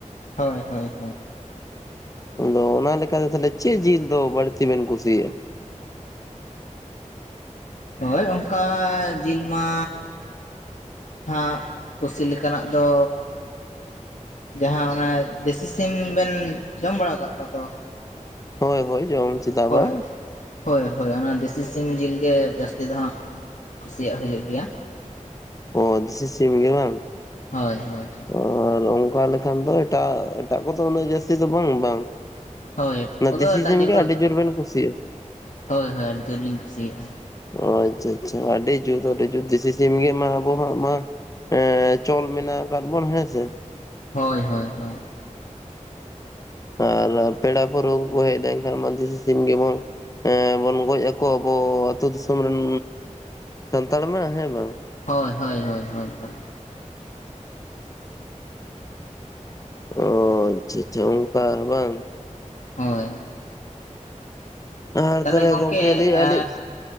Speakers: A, on the left; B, on the left.
A: ᱦᱳᱭ ᱦᱳᱭ ᱦᱳᱭ᱾
B: ᱟᱫᱚ ᱚᱱᱟ ᱞᱮᱠᱟᱛᱮ ᱛᱟᱦᱟᱞᱮ ᱪᱮᱫ ᱡᱤᱞ ᱫᱚ ᱵᱟᱹᱲᱛᱤ ᱵᱮᱱ ᱠᱩᱥᱤᱭᱟᱜ-ᱟ?
A: ᱦᱳᱭ ᱚᱝᱠᱟ ᱡᱤᱞ ᱢᱟ ᱦᱟᱸᱜ ᱠᱩᱥᱤ ᱞᱮᱠᱟᱱᱟᱜ ᱫᱚ ᱡᱟᱦᱟᱸ ᱚᱱᱟ ᱫᱮᱥᱤ ᱥᱤᱢ ᱵᱮᱱ ᱡᱚᱢ ᱵᱟᱲᱟ ᱟᱠᱟᱫ ᱠᱚᱣᱟ ᱛᱚ?
B: ᱦᱳᱭ ᱦᱳᱭ ᱡᱚᱢ ᱪᱮᱫᱟᱜ
A: ᱦᱳᱭ
B: ᱵᱟᱝ
A: ᱦᱳᱭ ᱦᱳᱭ ᱚᱱᱟ ᱫᱮᱥᱤ ᱥᱤᱢ ᱡᱤᱞ ᱜᱮ ᱡᱟᱹᱥᱛᱤ ᱫᱚ ᱦᱟᱸᱜ᱾ ᱠᱩᱥᱤᱭᱟᱜ ᱦᱳᱭᱳᱜ ᱜᱮᱭᱟ ᱾
B: ᱚ ᱫᱮᱥᱤ ᱥᱤᱢ ᱜᱮ ᱵᱟᱝ
A: ᱦᱳᱭ ᱦᱳᱭ
B: ᱚ᱾ ᱟᱨ ᱚᱝᱠᱟ ᱞᱮᱠᱷᱟᱱ ᱫᱚ ᱮᱴᱟᱜ ᱮᱴᱟᱜ ᱠᱚᱫᱚ ᱩᱱᱟᱹᱜ ᱡᱟᱹᱥᱛᱤ ᱫᱚ ᱵᱟᱝ ᱵᱟᱝ ᱾
A: ᱦᱳᱭ
B: ᱚᱱᱟ
A: ᱠᱚᱫᱚ
B: ᱫᱤᱥᱤ
A: ᱮᱴᱟᱜ
B: ᱥᱤᱢ
A: ᱡᱤᱞ
B: ᱜᱮ
A: ᱠᱚ
B: ᱟᱹᱰᱤ ᱡᱳᱨ ᱵᱮᱱ ᱠᱩᱥᱤᱭᱟᱜᱼᱟ ᱾
A: ᱦᱳᱭ ᱦᱳᱭ ᱟᱹᱰᱤ ᱡᱳᱨ ᱞᱤᱧ ᱠᱩᱥᱤᱭᱟᱜᱼᱟ
B: ᱚ ᱟᱪᱪᱷᱟ ᱪᱷᱟ ᱟᱹᱰᱤ ᱡᱩᱛ ᱟᱹᱰᱤ ᱡᱩᱛ ᱫᱮᱥᱤ ᱥᱤᱢ ᱜᱮ ᱢᱟ᱾ ᱟᱵᱚᱣᱟᱜ ᱢᱟ ᱮᱸ ᱪᱚᱞ ᱢᱮᱱᱟᱜ ᱟᱠᱟᱫ ᱵᱚᱱ ᱦᱮᱸᱥᱮ,
A: ᱦᱳᱭ ᱦᱳᱭ ᱦᱳᱭ᱾
B: ᱟᱨ ᱯᱮᱲᱟ ᱯᱟᱹᱲᱦᱟᱹ ᱠᱚ ᱦᱮᱡ ᱞᱮᱱᱠᱷᱟᱱ ᱢᱟ ᱫᱤᱥᱤ ᱥᱤᱢ ᱜᱮ <unintelligible> ᱮᱸ ᱵᱚᱱ ᱜᱚᱡ ᱟᱠᱚᱣᱟ ᱟᱵᱚ ᱟᱹᱛᱩ ᱫᱤᱥᱚᱢ ᱨᱮᱱ ᱥᱟᱱᱛᱟᱲ ᱢᱟ ᱦᱮᱸ ᱵᱟᱝ᱾
A: ᱦᱳᱭ ᱦᱳᱭ ᱦᱳᱭ ᱦᱳᱭ ᱦᱳᱭ᱾
B: ᱚ ᱟᱪᱪᱷᱟ ᱟᱪᱪᱷᱟ ᱚᱱᱠᱟ ᱵᱟᱝ᱾
A: ᱦᱳᱭ᱾
B: ᱟᱨ
A: ᱛᱟᱦᱚᱞᱮ ᱜᱚᱝᱠᱮ
B: ᱞᱟᱹᱭᱮᱫᱼᱟ
A: ᱮᱻ
B: ᱞᱤᱧ